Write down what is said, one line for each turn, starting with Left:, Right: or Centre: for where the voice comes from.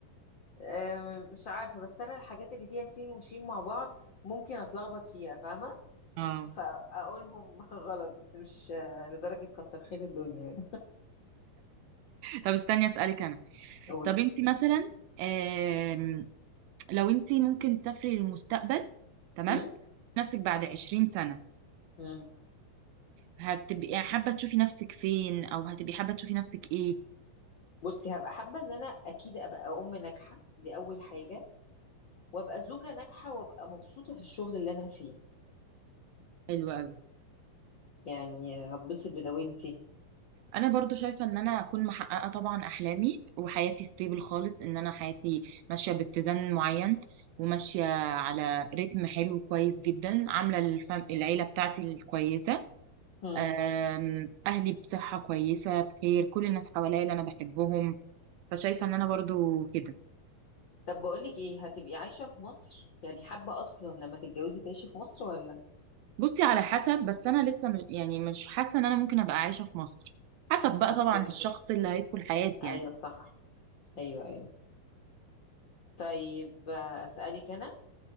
Left: أم، مش عارفة بس أنا الحاجات اللي فيها سين وشين مع بعض ممكن أتلخبط فيها فاهمة
Right: اه
Left: فأقولهم <laughs> غلط بس مش آه، لدرجة كتر خير الدنيا يعني
Right: طب استني اسألك انا
Left: قول
Right: طب انتي مثلا آم، لو انتي ممكن تسافري للمستقبل تمام
Left: أم؟
Right: نفسك بعد 20 سنة
Left: أم.
Right: هتبقي حابة تشوفي نفسك فين او هتبقي حابة تشوفي نفسك ايه
Left: بصي هبقى حابة إن أنا أكيد أبقى أم ناجحة دي أول حاجة وأبقى زوجة ناجحة وأبقى مبسوطة في الشغل اللي أنا فيه
Right: حلو قوي
Left: يعني هتبسط بدوامتي
Right: انا برضو شايفه ان انا اكون محققه طبعا احلامي وحياتي ستيبل خالص ان انا حياتي ماشيه باتزان معين وماشيه على رتم حلو كويس جدا عامله الفم... العيله بتاعتي الكويسه
Left: أم.
Right: أم، اهلي بصحه كويسه بخير كل الناس حواليا اللي انا بحبهم فشايفه ان انا برضو كده
Left: طب بقولك إيه هتبقي عايشة في مصر يعني حابة أصلا لما تتجوزي تعيشي في مصر ولا
Right: بصي على حسب بس انا لسه م- يعني مش حاسه ان انا ممكن ابقى عايشه في مصر حسب بقى
Left: أوكي
Right: طبعا الشخص اللي هيدخل حياتي
Left: أيوة
Right: يعني
Left: صح أيوة أيوة طيب آه، أسألك أنا